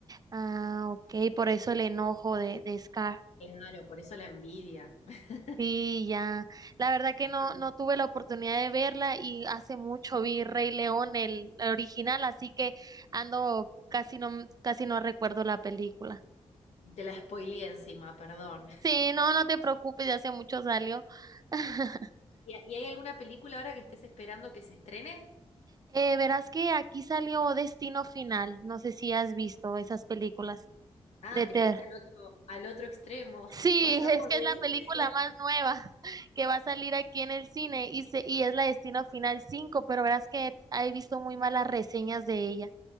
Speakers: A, on the right; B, on the left.
A: Ah, ok, por eso el enojo de, de Scar.
B: Claro, por eso la envidia. <laughs>
A: Sí, ya. La verdad que
B: Está
A: no, no tuve la oportunidad de verla y hace mucho vi Rey León, el, el original, así que ando casi no, casi no recuerdo la película.
B: Te la spoileé encima, perdón.
A: Sí, no, no te preocupes, ya hace mucho salió. <laughs>
B: ¿Y, y hay alguna película ahora que estés esperando que se estrene?
A: Eh, verás que aquí salió Destino Final. No sé si has visto esas películas
B: Ah,
A: de
B: te
A: Ter.
B: fuiste al otro, al otro extremo.
A: Sí,
B: <laughs> Pasamos
A: <laughs> es que
B: de
A: es la
B: Disney
A: película más nueva <laughs> que va a salir aquí en el cine y, se, y es la Destino Final 5, pero verás que he visto muy malas reseñas de ella.